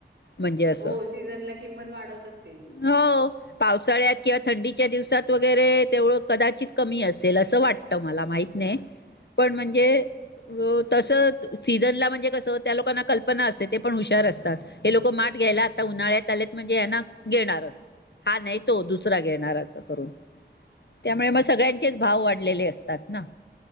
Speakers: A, on the left; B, on the right.
A: म्हणजे अस
B: हो, सीझनला किंमत वाढवतात ते.
A: हो उन्हाळ्यात किंवा थंडीच्या दिवसात वगैरे तेव्हा कदाचित कमी असेल असं वाटतं मला माहित नाही पण म्हणजे तस सीझनला म्हणजे कस त्या लोकांना कल्पना असते ते पण हुशार असतात हे लोक माठ घ्यायला आता उन्हाळ्यात आलेत म्हणजे ह ना घेणारच हा नाही तो दुसरा घेणार असं करून त्यामुळे मग सगळ्यांचेच भाव वाढलेले असतात ना